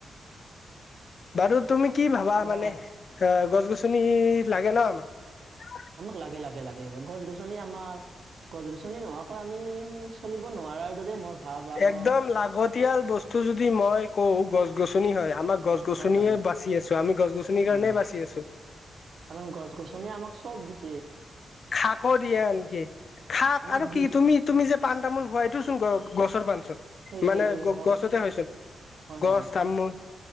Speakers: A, on the left; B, on the right.
A: বাৰু তুমি কি ভাবা মানে
B: অহ
A: এ গছ -গছনি লাগে ন' আমাক।
B: আমাক লাগে- লাগে -লাগে, গছ -গছনি আমাৰ গছ -গছনি নোহোৱাকৈ আমি চলিব নোৱাৰাৰ দৰে মোৰ ভাৱ আৰু
A: একদম লাগতিয়াল বস্তু যদি মই কওঁ গছ- গছনি হয় আমাক গছ -গছনিয়ে
B: হয় হয় হয়
A: বাচি আছো আমি গছ -গছনিৰ কাৰণে
B: হয় হয়
A: বাছি আছো।
B: কাৰণ গছ গছনি আমাক চব দি
A: খাকো দিয়ে আনকি। খাক
B: আমাক
A: আৰু
B: যি
A: কি তুমি তুমি যে পাণ তামোল খোৱা এইটো চোন গ গছৰ পাণছোন
B: সেই
A: মানে
B: সেই সেই
A: গ গছতে হয় ছোন।
B: হয়
A: গছ
B: হয় হয়
A: তামোল